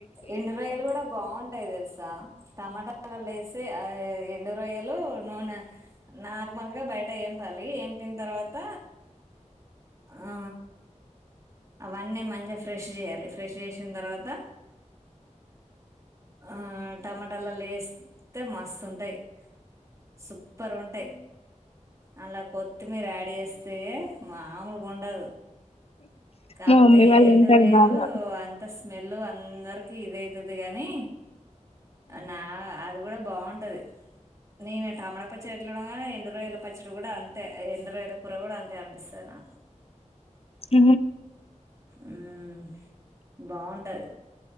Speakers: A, on the right; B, on the left.
A: ఎండురోయలు కూడా బాగుంటాయి తెలుసా టమాటా ల లేసి ఆ ఎండు రొయ్యలు నూనె నార్మల్గా బయట ఏంపాలి వంపిన తర్వాత ఆ అవన్నీ మంచిగా ఫ్రెష్ చేయాలి ఫ్రెష్ చేసిన తర్వాత ఆ టమాటాల లేస్తే మస్తుంటాయి సుక్ ప్పరుంటాయ్ అలా కొత్తిమీర యాడ్ చేస్తే మామూలుగుండదు. కాకపోతే
B: మా మమ్మీ వాళ్ళు
A: ఎండు
B: తింటారు
A: రొయ్యలు
B: బాగా
A: అంత స్మెల్ అందరికి ఇదే ద్దది గాని నా అది కూడా బాగుంటది నేను టమాటా పచ్చడి ఎట్లు కానీ ఎండు రోయల పచ్చడి కూడా అంతే ఎండు రోయుల కూర కూడా అంతే అనిపిస్తది నాకు
B: అ
A: ఉమ్ బాగుంటది